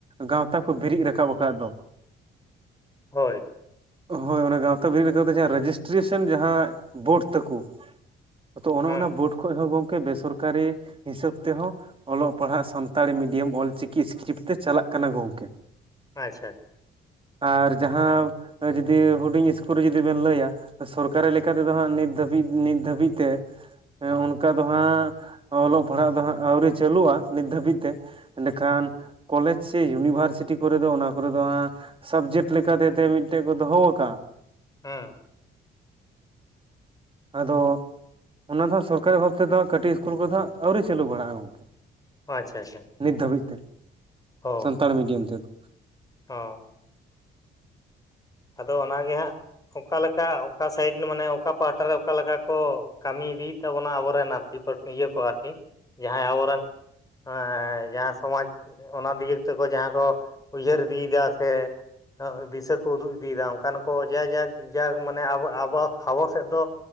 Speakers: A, on the right; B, on the left.
A: ᱜᱟᱶᱛᱟ ᱠᱚ ᱵᱤᱨᱤᱫ ᱨᱟᱠᱟᱵ ᱠᱟᱫ ᱫᱚ,
B: ᱦᱳᱭ᱾
A: ᱦᱳᱭ ᱚᱱᱟ ᱜᱟᱶᱛᱟ ᱵᱤᱨᱤᱫ ᱠᱟᱛᱮ ᱡᱟᱦᱟᱸ ᱨᱮᱡᱤᱥᱴᱨᱤᱥᱮᱱ ᱡᱟᱦᱟᱸ ᱵᱳᱰ ᱛᱟᱠᱩ ᱟᱫᱚ ᱚᱱᱚ
B: ᱦᱮᱸ
A: ᱚᱱᱟ ᱵᱳᱰ ᱠᱷᱚᱡ ᱦᱚᱸᱚᱸ ᱜᱚᱝᱼ ᱠᱮ ᱵᱮᱥᱚᱨᱠᱟᱨᱤ ᱦᱤᱥᱟᱹᱵ ᱛᱮᱦᱚᱸ ᱚᱞᱚᱜ ᱯᱟᱲᱦᱟᱜ ᱥᱟᱱᱛᱟᱲᱤ ᱢᱤᱰᱤᱭᱟᱢ ᱚᱞ ᱪᱤᱠᱤ ᱤᱥᱠᱨᱤᱯᱴᱛᱮ ᱪᱟᱞᱟᱜ ᱠᱟᱱᱟ ᱜᱚᱝᱠᱮ᱾
B: ᱟᱸᱪᱪᱷᱟ᱾
A: ᱟᱨ ᱡᱟᱦᱟᱸ, ᱡᱩᱫᱤ ᱦᱩᱰᱤᱧ ᱤᱥᱠᱩᱞ ᱨᱮ ᱡᱩᱫᱤ ᱵᱮᱱ ᱞᱟᱹᱭᱟ ᱥᱚᱨᱠᱟᱨᱤ ᱞᱮᱠᱟ ᱛᱮᱫᱚ ᱦᱟᱸᱜ ᱱᱤᱛ ᱫᱷᱟᱹᱵᱤᱡ ᱱᱤᱛ ᱫᱷᱟᱹᱵᱤᱡ ᱛᱮ ᱚᱱᱠᱟ ᱫᱚ ᱦᱟᱸᱜ ᱚᱞᱚᱜ ᱯᱟᱲᱦᱟᱜ ᱫᱚ ᱦᱟᱸᱜ ᱟᱹᱣᱨᱤ ᱪᱟᱹᱞᱩᱜ-ᱟ, ᱱᱤᱛ ᱫᱷᱟᱹᱵᱤᱡ ᱛᱮ᱾ ᱮᱸᱰᱮ ᱠᱷᱟᱱ ᱠᱚᱞᱮᱡᱽ ᱥᱮ ᱤᱭᱩᱱᱤᱵᱷᱟᱨᱥᱤᱴᱤ ᱠᱚᱨᱮ ᱫᱚ ᱚᱱᱟ ᱠᱚᱨᱮ ᱫᱚ ᱦᱟᱸᱜ ᱥᱟᱵᱡᱮᱠᱴ ᱞᱮᱠᱟᱛᱮᱛᱮ ᱢᱤᱫᱴᱮᱡ ᱠᱚ ᱫᱚᱦᱚ ᱠᱟᱜ-ᱟ,
B: ᱦᱩᱸ
A: ᱟᱫᱚᱻ ᱚᱱᱟ ᱫᱚ ᱥᱚᱨᱠᱟᱨᱤ ᱵᱷᱟᱵ ᱛᱮᱫᱚ ᱠᱟᱹᱴᱤᱡ ᱤᱥᱠᱩᱞ ᱠᱚᱨᱮ ᱫᱚ ᱦᱟᱸᱜ ᱟᱹᱣᱨᱤ ᱪᱟᱹᱞᱩ ᱵᱟᱲᱟᱜᱼᱟ ᱜᱚᱢᱠᱮ᱾
B: ᱟᱪᱪᱷᱟ ᱟᱪᱪᱷᱟ᱾
A: ᱱᱤᱛ ᱫᱷᱟᱹᱵᱤᱡ ᱛᱮ᱾
B: ᱦᱳᱭ
A: ᱥᱟᱱᱛᱟᱲ ᱢᱤᱰᱤᱭᱟᱢ ᱛᱮᱫᱚ
B: ᱟ ᱚᱻ ᱟᱫᱚ ᱚᱱᱟᱜᱮ ᱦᱟᱸᱜ, ᱚᱠᱟᱞᱮᱠᱟ ᱚᱠᱟ ᱥᱟᱭᱤᱰ ᱢᱟᱱᱮ ᱚᱠᱟ ᱯᱟᱦᱴᱟ ᱨᱮ ᱚᱠᱟᱞᱮᱠᱟ ᱠᱚ ᱠᱟᱹᱢᱤ ᱤᱫᱤᱭᱮᱫ ᱛᱟᱵᱚᱱᱟ ᱟᱵᱚᱨᱮᱱᱟᱨᱠᱤ ᱠᱤ ᱯᱟ ᱤᱭᱟᱹ ᱠᱚ ᱟᱨᱠᱤ, ᱡᱟᱦᱟᱸᱭ ᱟᱵᱚᱨᱮᱱ ᱮᱸᱻ ᱡᱟᱦᱟᱸ ᱥᱚᱢᱟᱡᱽ ᱚᱱᱟ ᱫᱤᱩᱮᱹᱠ ᱛᱮᱠᱚ ᱡᱟᱦᱟᱸ ᱠᱚ ᱩᱭᱦᱟᱹᱨ ᱤᱫᱤᱭᱫᱟ ᱥᱮ ᱫᱤᱥᱟᱹ ᱠᱚ ᱩᱫᱩᱜ ᱤᱫᱤᱭᱮᱫᱟ ᱚᱱᱠᱟᱱ ᱠᱚ ᱡᱟ ᱡᱟᱠ ᱡᱟᱠ ᱢᱟᱱᱮ ᱟᱵᱚ ᱟᱵᱚ ᱟᱵᱚ ᱥᱮᱫ ᱫᱚᱼᱼ